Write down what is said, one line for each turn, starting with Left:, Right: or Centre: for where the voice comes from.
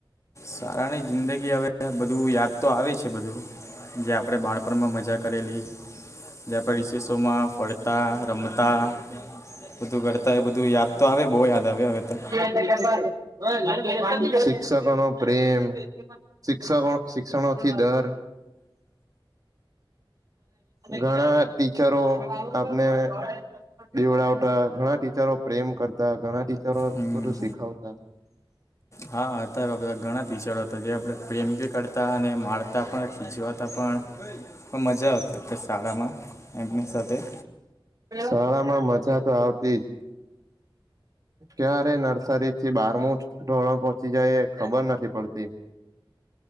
Left: સારાની જિંદગી હવે બધું યાદ તો આવે છે બધું જે આપણે બાળપણમાં મજા કરેલી. જે આપણે રિશેષોમાં ફળતા રમતા બધું કરતાં એ બધું યાદ તો આવે. બો યાદ આવે હવે તો
Right: <unintelligible> શિક્ષકોનો પ્રેમ શિક્ષકો શિક્ષણોથી ડર ઘણાં ટીચરો આપને બીવડાવતા ઘણાં ટીચરો પ્રેમ કરતાં ઘણાં ટીચરો
Left: હમ.
Right: બધું શીખાવતા.
Left: હા હતા એવા બધાં ઘણા ટીચરો હતા જે આપણે પ્રેમ બી કરતાં અને મારતા પણ ખીજવાતા પણ પણ મજા આવતી શાળામાં એમની સાથે
Right: શાળામાં મજા તો આવતી જ ક્યારે નર્સરીથી બારમું ધોરણ પહોંચી જાય એ ખબર નથી પડતી.